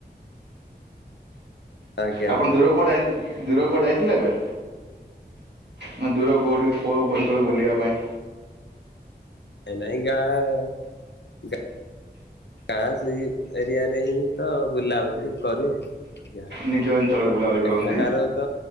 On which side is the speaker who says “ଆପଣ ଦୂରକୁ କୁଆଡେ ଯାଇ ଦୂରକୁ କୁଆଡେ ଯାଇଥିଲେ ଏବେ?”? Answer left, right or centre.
Right